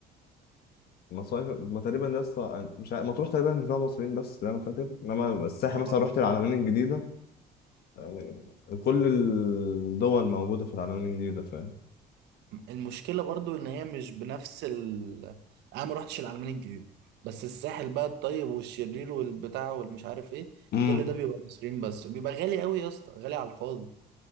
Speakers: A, on the left; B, on the right.
A: مصايف ما تقريبا لسه مش عارف- مطروح تقريبا اللي فيها مصريين بس لا انا فاكر انما الساحل
B: اه
A: مثلا رحت العلمين الجديدة يعني كل الدول موجودة في العالمين الجديدة فاهم
B: المشكله برضو ان هي مش بنفس ال انا ما روحتش العلمين الجديده بس الساحل بقى الطيب والشرير والبتاع والمش عارف ايه
A: امم
B: كل ده بيبقى مصريين بس وبيبقى غالي قوي يا اسطى غالي على الفاضي